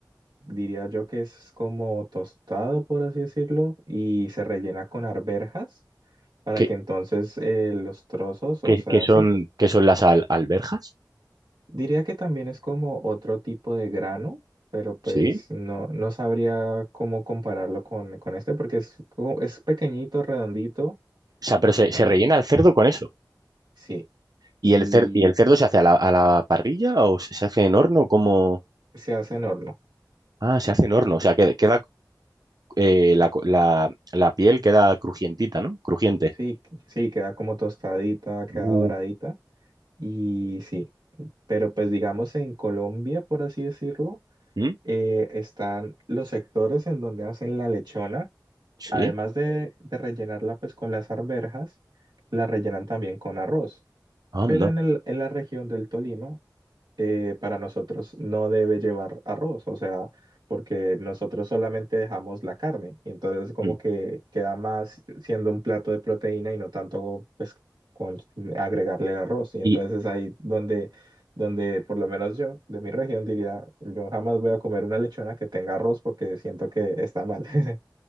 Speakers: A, on the right; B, on the right.
A: diría yo que es como tostado por así decirlo y se rellena con arvejas para
B: ¿Qué,
A: que entonces eh, los trozos,
B: qué-
A: o sea,
B: qué son,
A: sí,
B: qué son las al- alberjas?
A: diría que también es como otro tipo de grano, pero pues
B: ¿Sí?
A: no, no sabría cómo compararlo con, con este porque es, co- es pequeñito, redondito
B: O sea, pero se, se
A: y
B: rellena el cerdo con eso.
A: sí,
B: ¿Y
A: y
B: el cerdo, y el cerdo se hace a la, a la parrilla o se se hace en horno? como
A: se hace en horno.
B: Ah, se hace en horno. O sea, que- queda, eh, la, co- la- la piel queda crujientita, ¿no? Crujiente.
A: Sí, sí, queda como tostadita, queda
B: Uh.
A: doradita y sí, pero pues digamos en Colombia, por así decirlo,
B: ¿Mm?
A: eh, están los sectores en donde hacen la lechona,
B: Sí.
A: además de, de rellenarla pues con las arvejas, la rellenan también con arroz.
B: Anda.
A: Pero en el, en la región del Tolima, eh, para nosotros no debe llevar arroz, o sea, porque nosotros solamente dejamos la carne y entonces como
B: Mm.
A: que queda más siendo un plato de proteína y no tanto pues con agregarle el arroz. Y
B: Y,
A: entonces es ahí donde, donde por lo menos yo de mi región diría, yo jamás voy a comer una lechona que tenga arroz porque siento que está mal. <laughs>